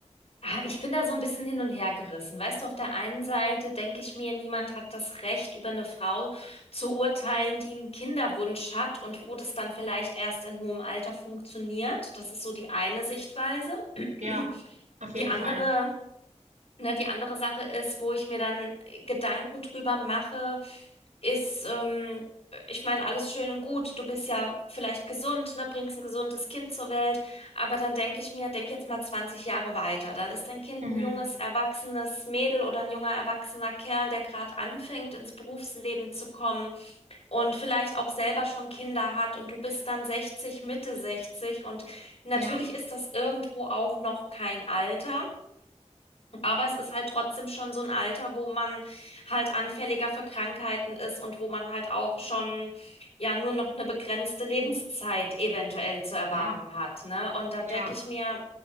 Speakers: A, on the left; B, on the right.
A: Ah, ich bin da so ein bisschen hin und her gerissen. Weißt du, auf der einen Seite denke ich mir, niemand hat das Recht, über eine Frau zu urteilen, die einen Kinderwunsch hat und wo das dann vielleicht erst in hohem Alter funktioniert. Das ist so die eine Sichtweise. <clears throat>
B: Ja, auf jeden
A: Die andere.
B: Fall.
A: Ne, die andere Sache ist, wo ich mir dann äh, Gedanken drüber mache, ist, ähm, ich meine, alles schön und gut. Du bist ja vielleicht gesund, ne, bringst ein gesundes Kind zur Welt. Aber dann denke ich mir, denk jetzt mal 20 Jahre weiter. Dann ist dein Kind
B: Mhm.
A: ein junges, erwachsenes Mädel oder ein junger, erwachsener Kerl, der gerade anfängt, ins Berufsleben zu kommen und vielleicht auch selber schon Kinder hat und du bist dann 60, Mitte sechzig und natürlich
B: Ja,
A: ist das irgendwo auch noch kein Alter. Aber es ist halt trotzdem schon so ein Alter, wo man halt anfälliger für Krankheiten ist und wo man halt auch schon ja nur noch eine begrenzte Lebenszeit eventuell zu erwarten
B: ja,
A: hat, ne? Und dann
B: ja.
A: denke ich mir,